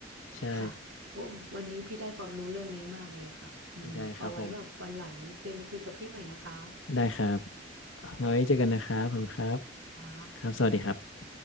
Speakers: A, on the left; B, on the right.
A: ใช่
B: ค่ะโอ้วันนี้พี่ได้ความรู้เรื่องนี้มากเลยค่ะอืมเอาไว้แบบวันหลังเจมาคุยกับพี่ใหม่นะคะ
A: ได้ครับผม ได้ครับเอาไว้เจอกันนะครับขอบคุณครับ
B: ค่ะ
A: ครับสวัสดีครับ